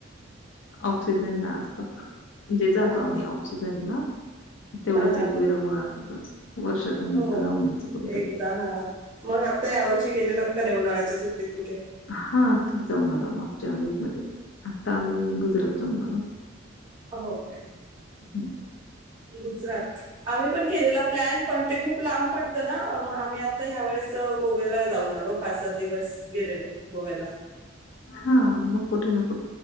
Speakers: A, on the left; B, on the right.
A: ऑक्सिजनला असतण जे जातो
B: हा
A: आम्ही
B: ओके
A: ऑक्सिजनला तेवढंच
B: हा हा
A: एक विरंगोळ राहतो वर्षातून
B: हो
A: एकदा जाऊन घ्यायचं कुठेतरी
B: एकदा हा मग आता यावर्षी गेलेलात नाही उन्हा्याच्या सुट्टीत कठे
A: हा आताच जाऊन आलो मागच्या वीकमध्येध्ये. आता आम्ही गुजरात जाऊन आलो.
B: हो काय?
A: हम्म.
B: गुजरात. आम्ही पण केलेला प्लॅन पण ते खूप लांब पडत ना मग आम्ही आता ह्या वेळेस गोव्याला जाऊन आलो. पाच सात दिवस गेलेलो गोव्याला.
A: हा <unintelligible>